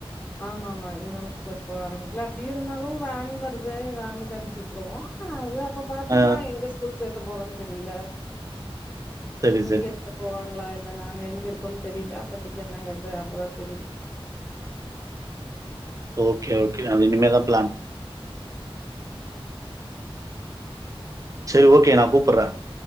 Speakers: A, on the left; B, on the right.
A: ஆமா ஆமா இருந்தாலும் ஸ்கூல் போக ஆரம்பிக்கல அப்படி இருந்தாலும் வேன் வருது வேனுக்கு அனுப்புச்சிவிட்டுருவோம் அது அப்ப பாத்துக்கலாம்
B: ஆ
A: எங்க ஸ்கூல் சேக் க போறேன்னு தெரியல
B: சரி, சரி.
A: இங்கே இருந்து போவா இங்களா இல்ல நாங்க எங்க இருக்கோன்னு தெரியல அப்பத்திக்கு என்னங்கிறது அப்பதான் தெரியும்
B: ஓகே ஓகே அதுஇனிமேதான் பிளான் செரி ஓகே நான் கூப்படுறேன்